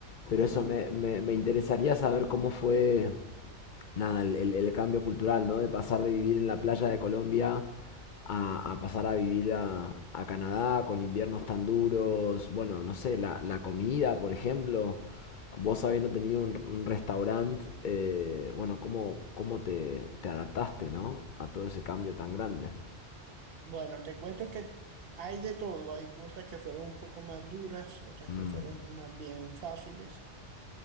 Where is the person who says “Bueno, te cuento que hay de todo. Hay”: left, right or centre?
Right